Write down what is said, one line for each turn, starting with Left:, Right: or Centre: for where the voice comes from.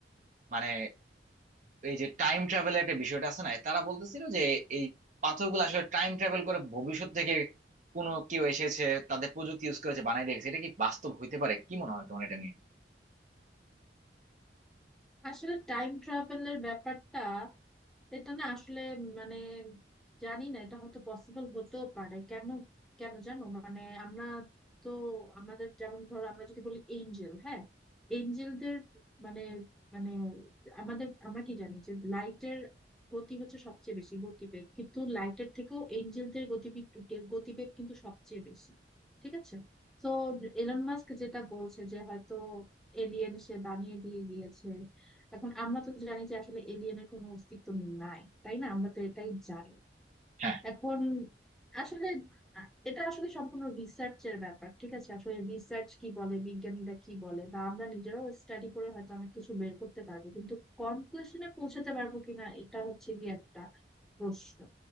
Right: মানে এই যে টাইম ট্রাভেলের একটা বিষয়টা আছে না তারা বলতেছিল যে এই পাথরগুলো আসলে টাইম ট্রাভেল করে ভবিষ্যৎ থেকে কোনো কেউ এসেছে তাদের প্রযুক্তি ইউজ করেছে বানাই দেখেছে এটা কি বাস্তব হইতে পারে কি মনে হয় তোমার এটা নিয়ে
Centre: আসলে টাইম ট্রাভেলের ব্যাপারটা এটা না আসলে মানে জানি না এটা হয়তো পসিবল হতেও পারে কেন কেন জানো মানে আমরা তো আমাদের যেমন ধরো আমরা যদি বলি এঞ্জেল হ্যাঁ এঞ্জেলদের মানে মানে আমাদের আমরা কি জানি যে লাইটের গতি হচ্ছে সবচেয়ে বেশি গতিবেগ কিন্তু লাইটের থেকেও এঞ্জেলদের গতিবেগ গতিবেগ কিন্তু সবচেয়ে বেশি ঠিক আছে তো এলন মাস্ক যেটা বলছে যে হয়তো এলিয়েন সে বানিয়ে দিয়ে দিয়েছে এখন আমরা তো জানি যে আসলে এলিয়েনের কোনো অস্তিত্ব নাই তাই না আমরা তো এটাই জানি
Right: হ্যাঁ
Centre: এখন আসলে আ- এটা আসলে সম্পূর্ণ রিসার্চের ব্যাপার ঠিক আছে আসলে রিসার্চ কি বলে বিজ্ঞানীরা কি বলে বা আমরা নিজেরাও স্টাডি করে হয়তো অনেক কিছু বের করতে পারবো কিন্তু কনক্লুশনে পৌঁছাতে পারবো কিনা এটা হচ্ছে গিয়ে একটা প্রশ্ন